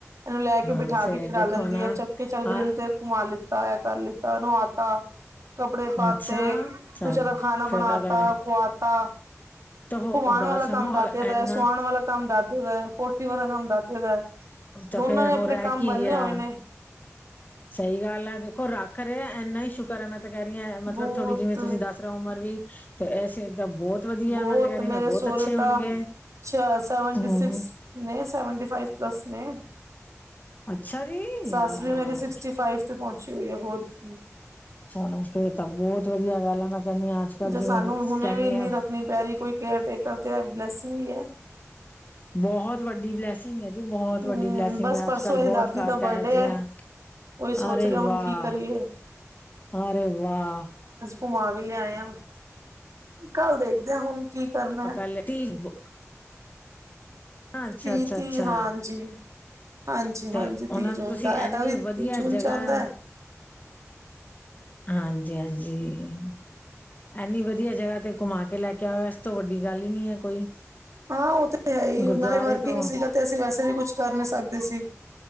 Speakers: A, on the right (about 70°); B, on the left (about 35°).
A: ਇਹਨੂੰ ਲੈ ਕੇ
B: ਹਾਂ
A: ਬਿਠਾ
B: ਫੇਰ
A: ਕੇ ਖਿਡਾ
B: ਦੇਖੋ
A: ਲੈਂਦੀ
B: ਨਾ
A: ਐ, ਚੱਕ ਕੇ ਚੱਲ
B: ਆ
A: ਗਰਿਲ ਤੇ ਘੁੰਮਾ ਲਿੱਤਾ, ਐ ਕਰ ਲਿੱਤਾ, ਇਹਨੂੰ ਆਦਤ ਆ। ਕੱਪੜੇ ਪਾਤੇ,
B: ਅੱਛਾ ਚਲੋ
A: ਕੁਛ ਇਹਦਾ ਖਾਣਾ ਬਣਾਤਾ,
B: ਫੇਰ ਤਾਂ ਤੁਹਾਡੇ
A: ਖੁਆਤਾ।
B: ਤਾਂ
A: ਘੁਮਾਉਣ
B: ਗੱਲ
A: ਵਾਲਾ
B: ਸੁਣੋ
A: ਕੰਮ ਦਾਦੇ ਦਾ,
B: ਇਨਾ
A: ਸੁਆਉਣ ਵਾਲਾ ਕੰਮ ਦਾਦੇ ਦਾ। <inaudible> ਵਾਲਾ ਕੰਮ ਦਾਦੇ ਦਾ,
B: ਤਾਂ
A: ਦੋਨਾਂ
B: ਫੇਰ
A: ਨੇ
B: ਹੋਰ
A: ਆਪਣੇ
B: ਰਹਿ
A: ਕੰਮ
B: ਕੀ
A: ਬੰਨੇ
B: ਗਿਆ
A: ਹੋਏ ਨੇ।
B: ਸਹੀ ਗੱਲ ਐ, ਦੇਖੋ ਰੱਖ ਰਹੇ ਐਨਾ ਹੀ ਸ਼ੁਕਰ ਐ, ਮੈਂ ਤਾਂ ਕਹਿ ਰਹੀ ਆ ਮਤਲਬ
A: ਬਹੁਤ
B: ਥੋੜ੍ਹੀ ਜਿਵੇਂ ਤੁਸੀਂ ਦੱਸ ਉਮਰ ਵੀ ਤੇ ਐਸੇ ਤਾਂ ਬਹੁਤ ਵਧੀਆ
A: ਬਹੁਤ
B: ਹੈ। ਮੈਂ ਤਾਂ ਕਹਿ ਰਹੀ ਹਾਂ
A: ਮੇਰੇ
B: ਫਿਰ ਬਹੁਤ
A: ਸਹੁਰੇ
B: ਅੱਛੇ ਹੋਣਗੇ
A: ਤਾਂ ਸੈਵਨਟੀ
B: ਹਮ
A: ਸਿਕਸ ਨਹੀਂ ਸੈਵਨਟੀ ਫਾਈਵ ਪਲੱਸ ਨੇ।
B: ਅੱਛਾ ਜੀ
A: ਸੱਸ
B: ਲਾ
A: ਵੀ ਮੇਰੀ ਸਿਕਸਟੀ ਫਾਈਵ ਤੇ ਪਹੁੰਚੀ ਹੋਈ ਐ ਹੋਰ ਕੀ।
B: ਚਲੋ ਫੇਰ ਤਾਂ ਬਹੁਤ ਵਧੀਆ ਗੱਲ ਆ ਮੈਂ ਕਹਿੰਦੀ ਹਾਂ ਅੱਜ ਕੱਲ
A: ਜੇ
B: ਜਿਵੇਂ
A: ਸਾਨੂੰ ਹੁਣੇ
B: ਕਹਿੰਦੀ
A: ਵੀ
B: ਆ
A: ਨੀ ਰੱਖਣੀ ਪੈ ਰਹੀ ਕੋਈ ਕੇਅਰ ਟੇਕਰ ਤੇ ਐ ਬਲੈਸਿੰਗ ਹੀ ਐ।
B: ਬਹੁਤ ਵੱਡੀ ਬਲੈਸਿੰਗ ਐ, ਜੀ ਬਹੁਤ
A: ਹਮ
B: ਵੱਡੀ ਬਲੈਸਿੰਗ
A: ਬਸ
B: ਆ।
A: ਪਰਸੋਂ
B: ਅੱਜ ਕੱਲ
A: ਇਹਦੀ
B: ਬਹੁਤ
A: ਦਾਦੀ
B: ਘੱਟ
A: ਦਾ
B: ਆ
A: ਬਰਡੇ
B: ਐਹੋ ਜਿਹੀਆਂ
A: ਹੈ ਉਹੀ ਸੋਚ
B: ਅਰੇ
A: ਰਹੇ
B: ਵਾਹ!
A: ਹੁਣ ਕੀ ਕਰੀਏ
B: ਅਰੇ ਵਾਹ!
A: ਘੁੰਮਾ ਵੀ ਲਿਆਏ ਆ ਕੱਲ ਦੇਖਦੇ ਆ ਹੁਣ ਕੀ ਕਰਨਾ।
B: <unintelligible> ਅ ਅੱਛਾ
A: ਤੀਹ ਤੀਹ
B: ਅੱਛਾ।
A: ਹਾਂਜੀ ਹਾਂਜੀ
B: ਤੇ
A: ਹਾਂਜੀ
B: ਉਹਨਾਂ
A: ਤੀਹ
B: ਨੂੰ
A: ਜੂਨ
B: ਤੁਸੀਂ
A: ਦਾ ਇਹਦਾ
B: ਐਨੀ
A: ਵੀ
B: ਵਧੀਆ
A: ਜੂਨ
B: ਜਗ੍ਹਾ
A: ਚ ਆਉਂਦਾ ਹੈ
B: ਹਾਂਜੀ ਹਾਂਜੀ। ਐਨੀ ਵਧੀਆ ਜਗ੍ਹਾ ਤੇ ਘੁੰਮਾ ਕੇ ਲੈ ਕੇ ਆਓ ਇਸ ਤੋਂ ਵੱਡੀ ਗੱਲ ਹੀ ਨਹੀਂ ਐ ਕੋਈ।
A: ਹਾਂ ਉਹ ਤੇ ਹੈ ਹੀ,
B: ਗੁਰਦੁਆਰੇ
A: ਨਾਲੇ ਵਰਕਿੰਗ
B: ਤੋਂ
A: ਸੀਗਾ ਤੇ ਅਸੀਂ ਵੈਸੇ ਵੀ ਕੁਛ ਕਰ ਨੀ ਸਕਦੇ ਸੀ।